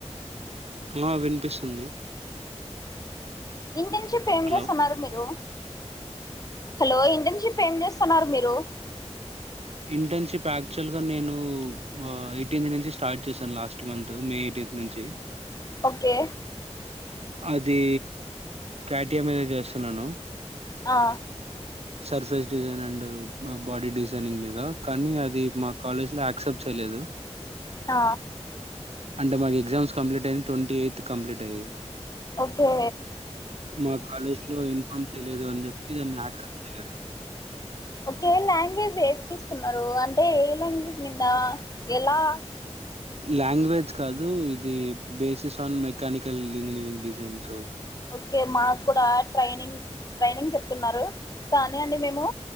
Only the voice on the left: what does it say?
ఇంటర్న్షిప్ ఏం
చేస్తన్నారు మీరు హలో ఇంటర్న్షిప్ ఏం చేస్తున్నారు మీరు
ఓకే
ఆ
ఆ
ఓకే
ఒకే లాంగ్వేజ్ ఏది తీసుకున్నారు అంటే ఏ లాంగ్వేజ్ మీద ఎలా
okay మాకు కూడా ట్రైనింగ్ ట్రైనింగ్ చెప్తున్నారు కానీ అండి మేము